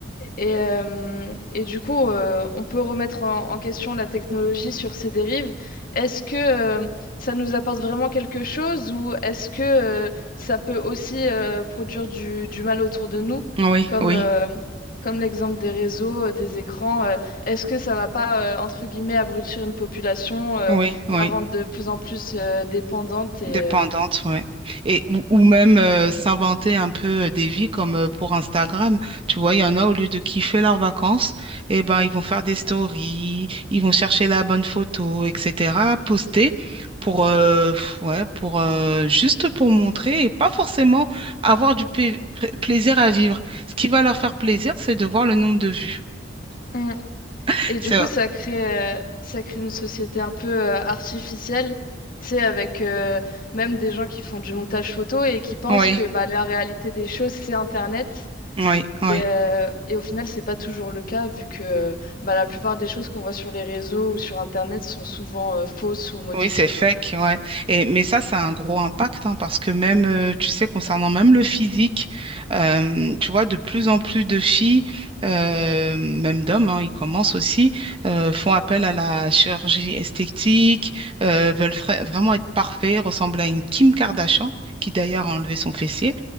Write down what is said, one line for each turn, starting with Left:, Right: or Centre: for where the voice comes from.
Left: et, euh, et du coup, euh, on peut remettre en, en question la technologie sur ses dérives. Est-ce que euh, ça nous apporte vraiment quelque chose ou est-ce que euh, ça peut aussi euh, produire du, du mal autour de nous,
Right: Oui,
Left: comme,
Right: oui,
Left: euh, comme l'exemple des réseaux, euh, des écrans? euh, est-ce que ça va pas, euh, entre guillemets, abrutir une population, euh,
Right: oui, oui.
Left: la rendre de plus en plus euh, dépendante et,
Right: Dépendante, ouais. Et, ou, ou même euh, s'inventer un peu euh, des vies comme euh, pour Instagram. Tu vois, il y en a, au lieu de kiffer leurs vacances, eh ben, ils vont faire des stories, ils vont chercher la bonne photo, etc., poster pour, euh, pff, ouais, pour, euh, juste pour montrer et pas forcément avoir du pla- pla- plaisir à vivre. Ce qui va leur faire plaisir, c'est de voir le nombre de vues.
Left: euh,
Right: <laughs>
Left: Et du
Right: C'est,
Left: coup, ça crée, euh, ça crée une société un peu euh, artificielle, tu sais, avec euh, même des gens qui font du montage photo et qui pensent
Right: oui,
Left: que bah, la réalité des choses, c'est Internet.
Right: oui, oui.
Left: Et, euh, et au final, c'est pas toujours le cas, vu que euh, bah, la plupart des choses qu'on voit sur les réseaux ou sur Internet sont souvent euh, fausses ou modifiées.
Right: Oui, c'est fake,
Left: Donc... euh.
Right: ouais. Et, mais ça, ça a un gros impact, hein, parce que même, euh, tu sais, concernant même le physique, euh, tu vois, de plus en plus de filles, euh, même d'hommes, hein, ils commencent aussi, euh, font appel à la chirurgie esthétique, euh, veulent fra- vraiment être parfaits, ressemblent à une Kim Kardashian, qui d'ailleurs a enlevé son fessier.